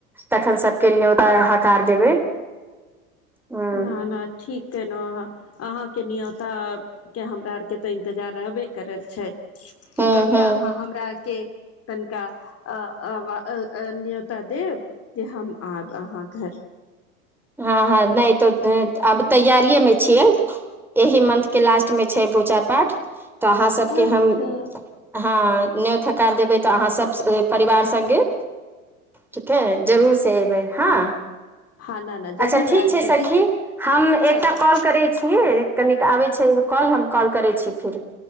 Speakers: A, in the centre; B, on the left.
A: तखन सभके न्योता हकार देबै। <unintelligible> हूँ
B: न न ठीक केनो अहाँ। अहाँ के नियोता के हमरा आर के ते इंतजार रहबे करल छैय कि
A: हूँ
B: कहिआ
A: हूँ
B: अहाँ हमरा आरके तनिका अ अ न्योता देब जे हम आयब अहाँ घर।
A: हँ- हँ नहि तऽ आब तैयारिएमे छियै एहिह मंथके लास्टमे छै पूजा पाठ। <unintelligible> तऽ अहाँ सबके
B: अच्छा
A: हम <unintelligible> हँ। नेो थकार देबै तऽ अहाँ सब परिवार <unintelligible> सङगे ठीक है जरूर से एबै हँ।
B: हँ न न जरूर
A: अच्छा ठीक
B: आबि
A: छैय
B: सकी
A: सखी हम एकटा
B: चलू
A: कॉल करैत छियै,
B: हँ
A: कनी टा आबैत छी। एगो कॉल हम कॉल करै छीय फिर।